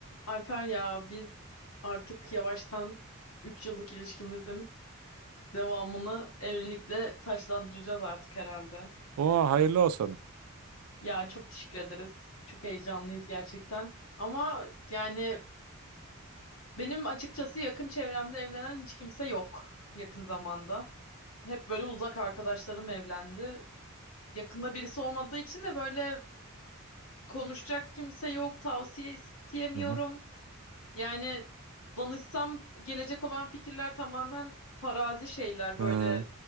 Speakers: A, on the left; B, on the right.
A: Alper ya biz artık yavaştan 3 yıllık ilişkimizin devamını evlilikle taçlandıracağız artık herhalde.
B: Oha hayırlı olsun.
A: Ya çok teşekkür ederiz. Çok heyecanlıyız gerçekten. Ama yani benim açıkçası yakın çevremde evlenen hiç kimse yok yakın zamanda. Hep böyle uzak arkadaşlarım evlendi. Yakında birisi olmadığı için de böyle konuşacak kimse yok, tavsiye isteyemiyorum.
B: Hı hı.
A: Yani danışsam gelecek olan fikirler tamamen farazi şeyler
B: Hmm,
A: böyle